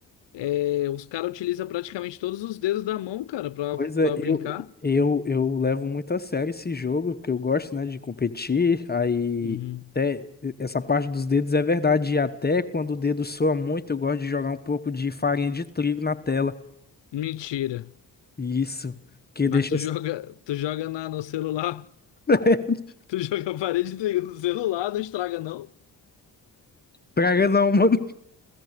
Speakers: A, on the left (about 70°); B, on the left (about 20°).
A: É, os caras utilizam praticamente todos os dedos da mão, cara, pra,
B: Pois é,
A: pra
B: eu,
A: brincar.
B: eu, eu levo muito a sério esse jogo, que eu gosto, né, de competir. Aí,
A: Uhum.
B: até essa parte dos dedos é verdade. E até quando o dedo soa muito, eu gosto de jogar um pouco de farinha de trigo na tela.
A: Mentira.
B: Isso, que
A: Mas
B: deixa.
A: tu joga, tu joga na, no celular?
B: <laughs>
A: Tu joga a parede do do celular, não estraga, não?
B: Praga não, mano.